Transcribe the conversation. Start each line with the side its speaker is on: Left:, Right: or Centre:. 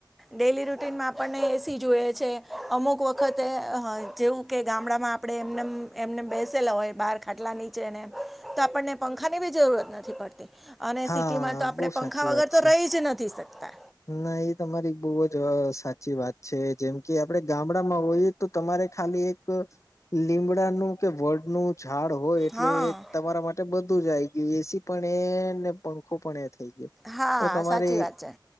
Centre: ડેલી રૂટીનમાં આપણને એ સી જોએ છે. અમુક વખતે હા જેવું કે ગામડામાં આપડે એમ નેમ એમને બેસેલા હોય બહાર ખાટલા નીચે ને એ તો આપણને પંખા ની બી જરૂરત નથી પડતી અને
Left: હા
Centre: સિટીમાં તો આપડે
Left: બહુ સાચી
Centre: પંખા વગર
Left: વાત છે.
Centre: તો રહી જ નથી શકતા.
Left: ના એ તમારી બહુ જ અહ સાચી વાત છે જેમ કે આપડે ગામડામાં હોઈએ તો તમાર એક ખાલી એક લીમડાનું તે વડ નું ઝાડ હોય એટલે
Centre: હા
Left: તમારા માટે બધું જ આઈ ગયું એ સી ને ને પંખો પણ એ થઈ ગયો
Centre: હા
Left: તો તમારે
Centre: સાચી વાત છે